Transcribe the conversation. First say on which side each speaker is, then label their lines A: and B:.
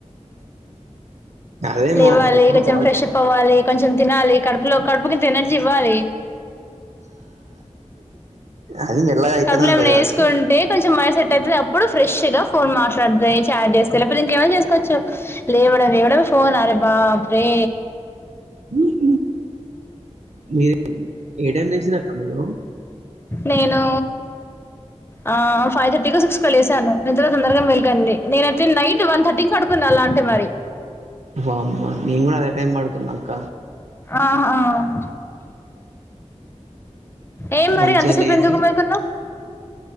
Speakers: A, on the right; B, on the left.
A: అదే
B: లేవాలి
A: మా అమ్మ ఎప్పుడు
B: కొంచెం
A: కాల్
B: ఫ్రెష్ అప్ అవ్వాలి కొంచెం కొంచెం తినాలి కడుపులో కడుపు కింత ఎనర్జీ ఇవ్వాలి.
A: అది మెల్లగా అయితేనే
B: కబ్ ల్లలా
A: ఉంటది
B: ఎసుకుంటే
A: అక్క
B: కొంచెం మ లేచినప్పుడు ఫ్రెష్ గా ఫోన్ మాట్లాడతయి చాట్ చేస్తా లేక్పోతే ఇంకేమన్న చేసుకోవచ్చు. లేవడం లేవడమే ఫోన్ అరే బాప్రే
A: మీర్ మీర్ ఏ టైం లేసిరాక్క మీరు
B: నేను ఆ ఫైవ్ థర్టీకో సిక్స్ కో లేసాను. తొందర తొందర మెల్కండి నేనయితే నైట్ వన్ థర్టీ కి పడుకున్నా అలా అంటే మరి
A: వామ్మో నేను గుడా అదే టైమ్ పడుకున్నాక్క
B: ఆహా ఏం మరి
A: మంచిగా
B: అంత సేపు
A: లేచి
B: ఎందుకు మేలుకున్నావ్